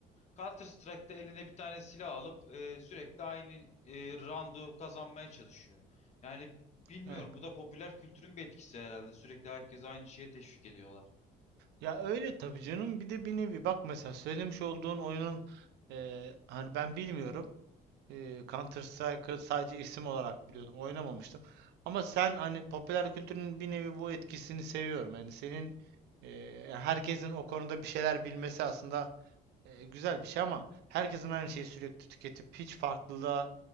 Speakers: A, on the left; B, on the right.
A: Counter Strike'da eline bir tane silah alıp e, sürekli aynı e, roundu kazanmaya çalışıyor yani bilmiyorum
B: Evet.
A: bu da popüler kültürün bir etkisi herhalde sürekli herkes aynı şeye teşvik ediyorlar.
B: Ya öyle tabii canım. Bir de bir nevi bak mesela söylemiş olduğun oyunun eee, hani ben bilmiyorum. Eee Counter Strike'ı sadece isim olarak biliyordum. Oynamamıştım. Ama sen hani popüler kültürün bir nevi bu etkisini seviyorum. Yani senin eee, herkesin o konuda bir şeyler bilmesi aslında eee, güzel bir şey ama herkesin aynı şeyi sürekli tüketip hiç farklılığa